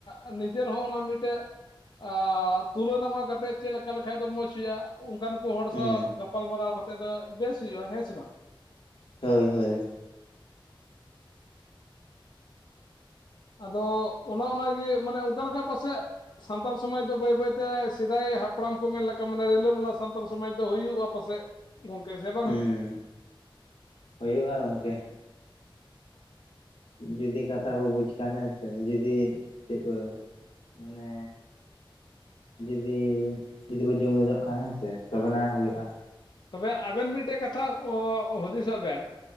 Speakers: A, on the left; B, on the left.
A: ᱟᱸᱜ ᱱᱤᱡᱮᱨ ᱦᱚᱸ ᱚᱱᱟ ᱢᱤᱫᱴᱮᱹᱜ, ᱟᱻ ᱛᱩᱞᱟᱹᱱᱟᱢᱟ ᱠᱟᱛᱮᱜ ᱪᱮᱫ ᱞᱮᱠᱟ ᱞᱮᱠᱷᱟᱡ ᱫᱚ ᱢᱚᱪᱷ ᱦᱩᱭᱩᱜ-ᱟ᱾ ᱩᱱᱠᱟᱱ ᱠᱚ ᱦᱚᱲ
B: ᱦᱩᱸ
A: ᱥᱟᱶ ᱜᱟᱯᱟᱞ ᱢᱟᱨᱟᱣ ᱠᱟᱛᱮ ᱫᱚ ᱵᱮᱥ ᱦᱩᱭᱩᱜ-ᱟ ᱦᱮᱸ ᱥᱮ ᱵᱟᱝ?
B: ᱦᱚᱭ ᱦᱚᱭ
A: ᱟᱫᱚ ᱚᱱᱟ ᱚᱱᱟᱜᱮ ᱢᱟᱱᱮ ᱚᱱᱠᱟ ᱞᱮᱠᱟ ᱯᱟᱥᱮᱜ, ᱥᱟᱱᱛᱟᱲ ᱥᱚᱢᱟᱡᱽ ᱫᱚ ᱵᱟᱹᱭ ᱵᱟᱹᱭ ᱛᱮ ᱥᱮᱫᱟᱭ ᱦᱟᱯᱲᱟᱢ ᱠᱚ ᱢᱮᱱ ᱞᱮᱠᱟ ᱢᱟᱱᱮ ᱨᱤᱞᱟᱹ-ᱢᱟᱞᱟ ᱥᱟᱱᱛᱟᱲ ᱥᱚᱢᱟᱡᱽ ᱫᱚ ᱦᱩᱭᱩᱜ-ᱟ ᱯᱟᱥᱮᱜ᱾ ᱜᱚᱝᱠᱮ ᱥᱮ
B: ᱦᱩᱸ ᱦᱩᱭᱩᱜ-ᱟ ᱜᱚᱝᱠᱮ᱾ ᱡᱩᱫᱤ ᱠᱟᱛᱷᱟ ᱠᱚ ᱵᱩᱡᱽ ᱠᱷᱟᱱ ᱦᱮᱸ ᱥᱮ, ᱡᱩᱫᱤ ᱛᱤᱵᱟᱹ ᱢᱟᱱᱮ ᱡᱩᱫᱤ ᱡᱩᱫᱤ ᱵᱚ ᱡᱩᱢᱤᱫᱚᱜ ᱠᱷᱟᱱ ᱦᱮᱸ ᱥᱮ ᱛᱚᱵᱮᱱᱟ ᱦᱩᱭᱩᱜ-ᱟ᱾
A: ᱛᱚᱵᱮ ᱟᱵᱮᱱ ᱢᱤᱫᱴᱟᱜ ᱠᱟᱛᱷᱟ ᱚᱣᱚ-ᱚᱜ ᱦᱩᱫᱤᱥᱚᱜ ᱵᱮᱱ,